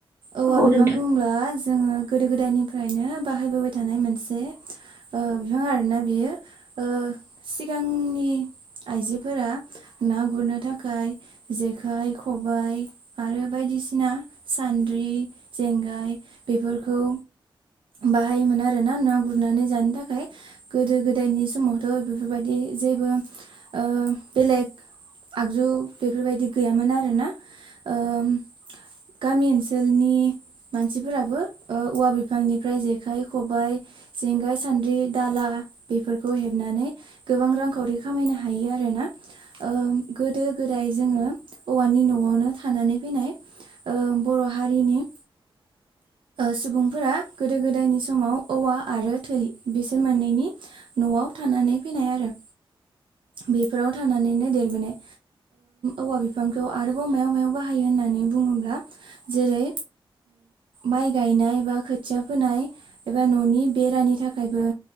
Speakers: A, on the right; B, on the right.
A: औवा
B: औ
A: बिफां
B: नोंथां
A: बुंब्ला जोङो गोदो गोदायनिफ्रायनो बाहायबोबाय थानाय मोनसे ओ बिफां आरोना बियो ओ सिगांनि आइजोफोरा ना गुरनो थाखाय जेखाय खब खबबाय आरो बायदिसिना सान्द्रि जेंगाय बेफोरखौ बाहायोमोन आरोना ना गुरनानै जानो थाखाय गोदो गोदायनि समावथ' बेफोरबायदि जेबो ओ बेलेग आगजु बेफोरबायदि गैयामोन आरो ना औ गामि ओनसोलनि मानसिफोराबो औवा बिफांनिफ्राय जेखाइ खबाय जेंगाय सान्द्रि दाला बेफोरखौ हेबनानै गोबां रांखावरि खामायनो हायो आरोना। ओ गोदो गोदाय जोङो औवानि न'आव नो थानानै फैनाय बर' हारिनि
B: <inaudible>
A: सुबुंफोरा गोदो गोदायनि समाव औवा आरो थै बिसोर मोननैनि न'आव थानानै फैनाय आरो। बेफोराव थानानैनो देरबोनाय। औवा बिफांखौ आरोबाव मायाव मायाव बाहायो होननानै बुङोब्ला जेरै माइ गायनाय बा खोथिया फोनाय एबा न'नि बेरानि थाखायबो